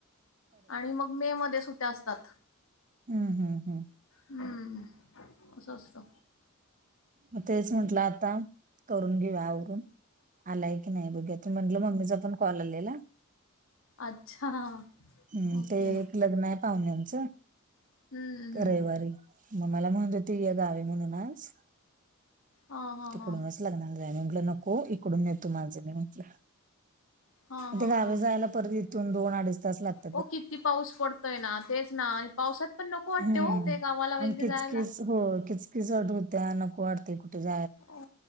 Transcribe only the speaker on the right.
हम्म हम्म हम्
मग तेच म्हंटलं आता करून घेऊया आवरून. आलाय की नाही बघूया ते म्हटलं मम्मीचा पण कॉल आलेला.
हम्म
ते एक लग्न आहे पाहुण्यांचं
रविवारी. मग मला म्हणज तय गावी म्हणूनच.
तिकडूनच
लग्न जाऊया मी म्हटलं नको इकडून येतो माझं मी म्हटलं
म
ते गावी
जायला परत इथून दोन अडीच तास लागत.
हम्म
आणि किचकीच
हो किचकीच अट होत्या नको वाटते कुठं.